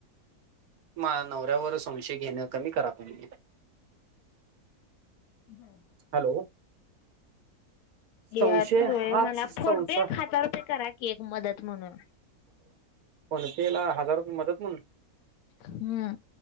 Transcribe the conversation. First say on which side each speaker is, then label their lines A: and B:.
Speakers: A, on the right; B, on the left.
A: मा नवऱ्यावरच संशय घेणं कमी करा तुम्ही
B: बरं
A: हॅलो
B: या
A: संशय
B: तू
A: हाच
B: मला फोन
A: संसार
B: पे एक हजार रुपये करा की एक मदत म्हणून
A: फोन पे ला हजार रुपये मदत म्हणुन
B: हम्म